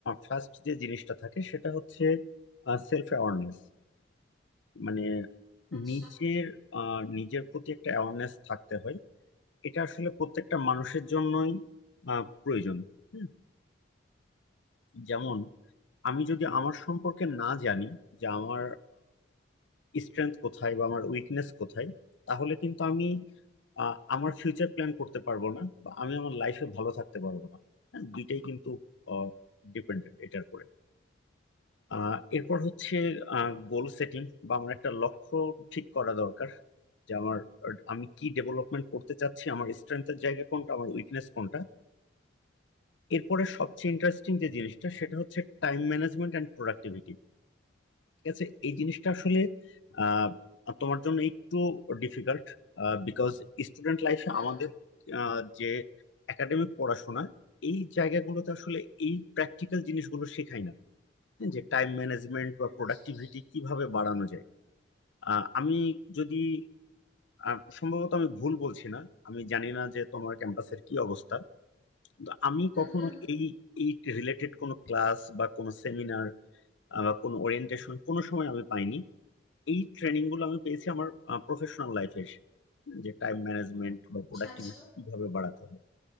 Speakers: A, on the left (about 75°); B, in the centre.
A: ফার্স্ট যে জিনিসটা থাকে সেটা হচ্ছে সেলফ অ্যাওয়ারনেস মানে
B: আচ্ছা
A: নিজের আহ, নিজের প্রতি একটা অ্যাওয়ারনেস থাকতে হয় এটা আসলে প্রত্যেকটা মানুষের জন্যই আহ, প্রয়োজন হুম, যেমন আমি যদি আমার সম্পর্কে না জানি যে আমার স্ট্রেংথ কোথায় বা আমার উইকনেস কোথায় তাহলে কিন্তু আমি আহ, আমার ফিউচার প্ল্যান করতে পারবো না বা আমি আমার লাইফে ভালো থাকতে পারবো না হ্যাঁ দুইটাই কিন্তু ডিপেন্ডেন্ট এটার উপরে আহ, এরপর হচ্ছে গোল সেটিং বা আমার একটা লক্ষ্য ঠিক করা দরকার যে আমার আর আমি কি ডেভেলপমেন্ট করতে চাচ্ছি আমার স্ট্রেংথের জায়গা কোনটা আমার উইকনেস কোনটা এরপরে সবচেয়ে ইন্টারেস্টিং যে জিনিসটা সেটা হচ্ছে টাইম ম্যানেজমেন্ট এন্ড প্রোডাক্টিভিটি ঠিক আছে এই জিনিসটা আসলে আহ তোমার জন্য একটু ডিফিকাল্ট বিকজ স্টুডেন্ট লাইফে
B: হুম,
A: আমাদের আহ, যে একাডেমিক পড়াশোনা এই জায়গাগুলোতে আসলে এই প্র্যাকটিক্যাল জিনিসগুলো শেখায় না যে টাইম ম্যানেজমেন্ট বা
B: আচ্ছা
A: প্রোডাক্টিভিটি কিভাবে বাড়ানো যায় আহ, আমি যদি আহ, সম্ভবত আমি ভুল বলছি না আমি জানি না যে তোমার ক্যাম্পাসের কি অবস্থা কিন্তু আমি
B: হুম
A: কখনো
B: হুম
A: এই এই রিলেটেড কোনো ক্লাস বা কোনো সেমিনার বা কোনো ওরিয়েন্টেশন কোনো সময় আমি পাইনি এই ট্রেনিং গুলো আমি পেয়েছি আমার প্রফেশনাল লাইফে এসে যে টাইম ম্যানেজমেন্ট বা
B: আচ্ছা
A: প্রোডাক্টিভিটি
B: আচ্ছা
A: কিভাবে বাড়াতে হয়